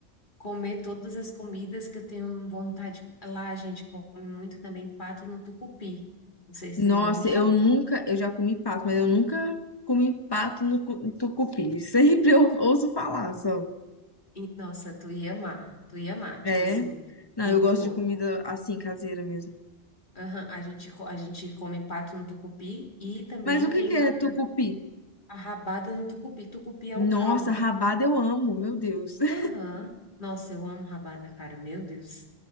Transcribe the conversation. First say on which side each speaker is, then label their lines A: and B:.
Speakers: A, on the left; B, on the left.
A: comer todas as comidas que eu tenho vontade. Lá a gente come muito também pato no tucupi. Não sei se
B: Nossa,
A: tu já ouviu falar.
B: eu nunca. Eu já comi pato, mas eu nunca comi pato no cu- tucupi. <laughs> Sempre eu ouço falar só.
A: E, nossa, tu ia amar, tu ia amar,
B: É.
A: tipo assim,
B: Não,
A: muito
B: eu gosto
A: bom.
B: de comida assim, caseira mesmo.
A: Aham, a gente, co- a gente come pato no tucupi e também
B: Mas o que
A: tem
B: que
A: a,
B: é tucupi?
A: a rabada no tucupi. Tucupi é
B: Nossa,
A: o caldo.
B: rabada eu amo, meu Deus. <laughs>
A: Aham. Nossa, eu amo rabada, cara. Meu Deus.